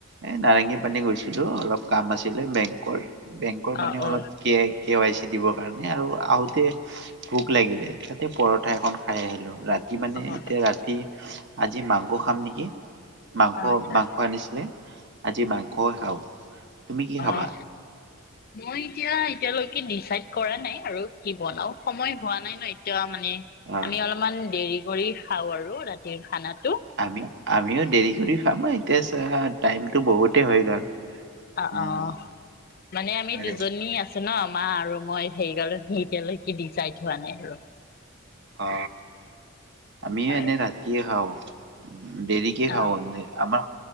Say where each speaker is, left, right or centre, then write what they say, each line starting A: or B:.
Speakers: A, on the right; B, on the left.
A: এ নাৰেংগী পানী গৈছিলো অলপ কাম আছিলে বেংকৰ বেংকৰ
B: অ
A: মানে
B: অ
A: অলপ কে কেৱাইচি দিবৰ কাৰণে আৰু আহোতে ভোক লাগিলে তা তে পৰঠা এখন খাই আহিলো ৰা কি মানে
B: অ অ
A: এতিয়া ৰাতি আজি মাংস খাম নেকি মাংস
B: আচ্ছা আচ্ছা
A: মাংস আনিছিলে আজি বা কল খাব তুমি কি খাবা
B: অ মই এতিয়া এতিয়ালৈকে ডিচাইড কৰা নাই আৰু কি বনাও সময় হোৱা নাই ন এতিয়া মানে
A: অ
B: আমি অলপমান দেৰি কৰি খাওঁ আৰু ৰা তি খানাটো
A: আমি আমিও দেৰি কৰি খামা এতিয়া চ টাইমটো বহুতে হৈ গ'ল
B: অ
A: উম
B: অ মানে আমি
A: আৰে
B: দুজনী আছো ন আ মা আৰু মই হেৰি গালো সে এতিয়ালৈকে দি চাইড হোৱা নাই আৰু
A: অ আমিও
B: হয়
A: এনেই ৰাতিয়ে খাওঁ <unintelligible> দেৰিকে
B: অ
A: খাও আমি আমাৰ